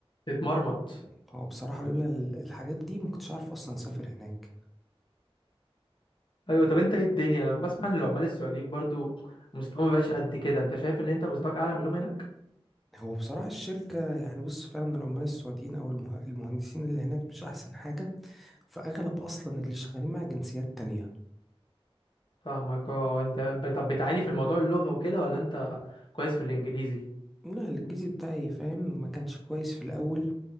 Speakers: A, on the left; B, in the centre.
A: تتمرمط
B: هو بصراحة لولا ال- الحاجات دي ما كنتش عارف اصلا اسافر هناك
A: ايوه طب انت ايه الدنيا انا بسمع ان العمال السعوديين برضو مستواهم مبقاش قد كده انت شايف ان انت مستواك اعلى منهم هناك
B: هو بصراحة الشركة يعني بص فعلا العمال السعوديين او المه- المهندسين اللي هناك مش احسن حاجة فاغلب اصلا اللي شغالين مع جنسيات تانية
A: فاهمك اه انت ب- طب بتعاني في الموضوع اللغة وكده ولا انت كويس في الانجليزي
B: لا الانجليزي بتاعي فاهم ما كانش كويس في الاول